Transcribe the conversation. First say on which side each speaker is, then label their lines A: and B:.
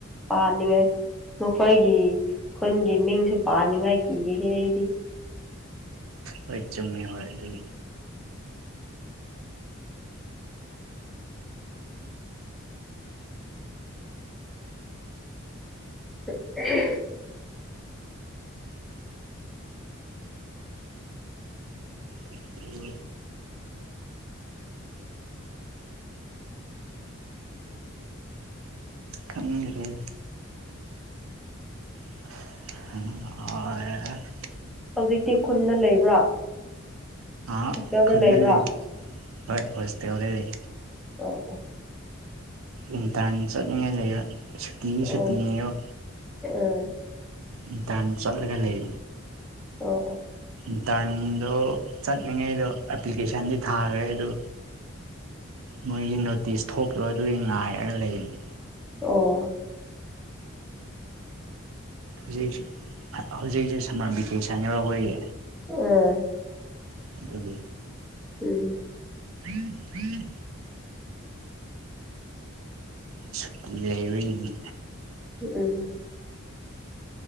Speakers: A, in the centre; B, on the right.
A: ꯄꯥꯅꯤꯡꯉꯥꯏ ꯃꯈꯣꯏꯒꯤ ꯈꯨꯟꯒꯤ ꯃꯤꯡꯁꯨ ꯄꯥꯅꯤꯡꯉꯥꯏ ꯀꯤꯍꯦ ꯑꯩꯗꯤ
B: ꯍꯣꯏ ꯆꯨꯝꯃꯤ ꯍꯣꯏ ꯑꯗꯨ
A: <unintelligible>
B: ꯑꯗꯨ ꯈꯪꯗ꯭ꯔꯦꯗ ꯑꯣ
A: ꯍꯧꯖꯤꯛꯇꯤ ꯈꯨꯟꯗ ꯂꯩꯕ꯭ꯔꯥ
B: ꯑ
A: ꯍꯣꯁꯇꯦꯜꯗ
B: ꯈꯨꯟꯗ
A: ꯂꯩꯕ꯭ꯔꯥ
B: ꯂꯩ ꯍꯣꯏ ꯍꯣꯁꯇꯦꯜꯗ ꯂꯩ
A: ꯑꯣ ꯑꯣꯥ
B: ꯏꯟꯇꯔꯟ ꯆꯠꯅꯤꯡꯉꯥꯏ ꯂꯩꯕ ꯁꯨꯇꯤꯗꯤ
A: ꯑꯣ
B: ꯁꯨꯇꯤꯅꯦꯕ
A: ꯎꯝ
B: ꯏꯟꯇꯔꯟ ꯆꯠꯂꯒ ꯂꯩ
A: ꯑꯣ ꯑꯣ
B: ꯏꯟꯇꯔꯟꯗꯣ ꯆꯠꯂꯤꯉꯩꯗꯣ ꯑꯦꯄ꯭ꯂꯤꯀꯦꯁꯟꯗꯤ ꯊꯥꯈ꯭ꯔꯦ ꯑꯗꯨ ꯃꯣꯏꯒꯤ ꯅꯣꯇꯤꯁ ꯊꯣꯛꯔꯣ ꯑꯗꯨꯒꯤ ꯉꯥꯏꯔꯒ ꯂꯩꯕꯅꯤ
A: ꯑꯣ
B: ꯍꯧꯖꯤꯛꯁꯨ ꯍꯧꯖꯤꯛꯁꯦ ꯁꯝꯃꯔ ꯚꯦꯀꯦꯁꯟꯅꯦꯕ ꯑꯈꯣꯏꯒꯤ
A: ꯎꯝ
B: ꯑꯗꯨꯒꯤ
A: ꯎꯝ
B: ꯎ ꯎ ꯁꯠ ꯂꯩꯔꯨꯏꯅꯤ
A: ꯎꯝ